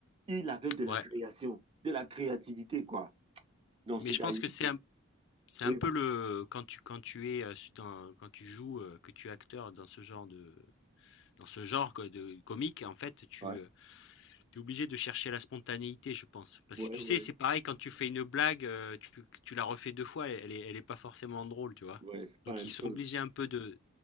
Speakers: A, on the right; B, on the left.
A: il avait de
B: ouais,
A: la création, de la créativité, quoi. Dans
B: mais
A: ce
B: je
A: gars,
B: pense
A: il
B: que c'est
A: était...
B: un C'est
A: Oui,
B: un peu le quand tu quand tu es, heu, su dans quand tu joues, heu, que tu es acteur dans ce genre de dans ce genre quoi de comique en fait tu,
A: ouais,
B: es obligé de chercher la spontanéité je pense. Parce
A: ouais.
B: que tu
A: ouais. ouais.
B: sais, c'est pareil quand tu fais une blague, heu, tu tu la refais 2 fois, elle elle est elle est pas forcément drôle, tu vois?
A: Ouais, c'est pas
B: Donc
A: la même
B: ils sont
A: chose.
B: obligés un peu de